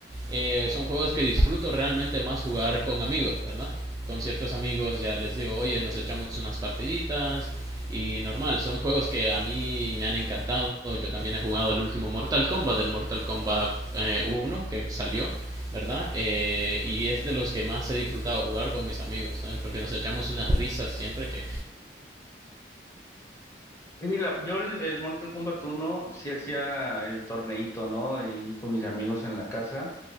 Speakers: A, on the right; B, on the left.
A: Eh, son juegos que disfruto realmente más jugar con amigos, ¿verdad? Con ciertos amigos ya les digo, oye, nos echamos unas partiditas, y normal, son juegos que a mí me han encantado. Yo también he jugado el último Mortal Kombat, del Mortal Kombat eh, 1 que salió, ¿verdad? Eh, y es de los que más he disfrutado jugar con mis amigos, ¿sabes? Porque nos echamos unas risas siempre que
B: Y la- yo el, el Mortal Kombat uno sí hacía el torneito, ¿no? Y con mis amigos en la casa.